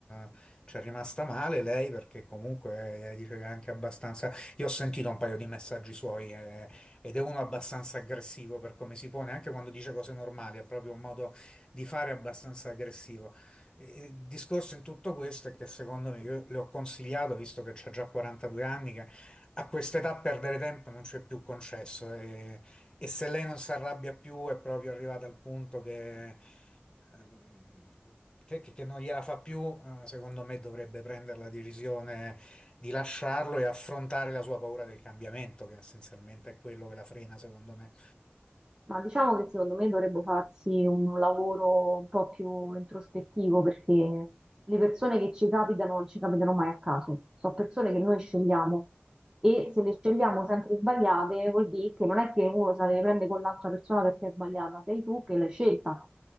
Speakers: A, on the left (about 20°); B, on the right (about 20°).
A: eh, ci è rimasta male lei perché comunque eh, dice che è anche abbastanza... Io ho sentito un paio di messaggi suoi eh, ed è uno abbastanza aggressivo per come si pone, anche quando dice cose normali, ha proprio un modo di fare abbastanza aggressivo. Eh, Il discorso in tutto questo è che secondo me, io le ho consigliato, visto che c'ha già 42 anni, che a quest'età perdere tempo non c'è più concesso. e e se lei non si arrabbia più è proprio arrivata al punto che, ehm, che, che- che non gliela fa più, eh, secondo me dovrebbe prendere la decisione di lasciarlo e affrontare la sua paura del cambiamento, che essenzialmente è quello che la frena, secondo me.
B: Ma diciamo che secondo me dovrebbe farsi un lavoro un po' più introspettivo perché le persone che ci capitano non ci capitano mai a caso, sono persone che noi scegliamo e se le scegliamo sempre sbagliate vuol dire che non è che uno se le prende con l'altra persona perché è sbagliata, sei tu che l'hai scelta